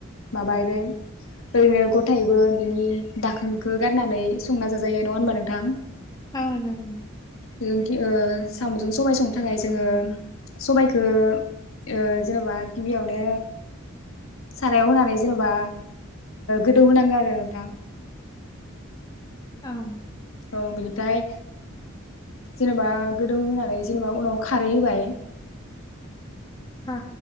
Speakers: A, on the left (about 70°); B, on the left (about 20°).
A: माबा रो ओरैनो गथायैबो बिनि दाखोनखौ गारनानै संना जाजायो नङा होनबा नोंथां
B: अ जाजायो
A: लोंगि ओ साम'जों सबाइ संनो थाखाय जोङो सबाइखो ओ जेन'बा गिबियावनो सारायाव होनानै जेन'बा गोदौ होनांगौ आरो नोंथां
B: औ
A: औ बिनिफ्राय जेनेबा गोदौ होनानै जेनेबा उनाव खारै होबाय
B: आ